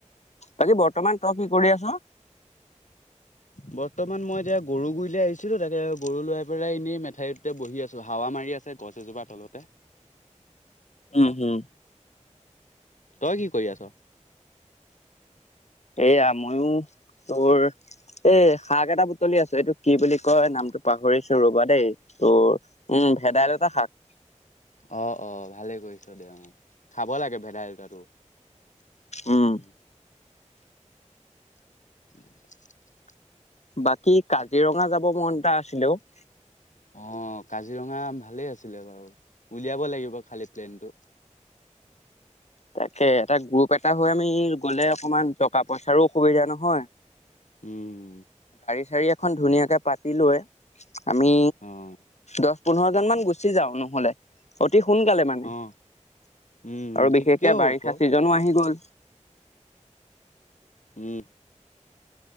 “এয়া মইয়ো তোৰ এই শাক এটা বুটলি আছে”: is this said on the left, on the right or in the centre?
Left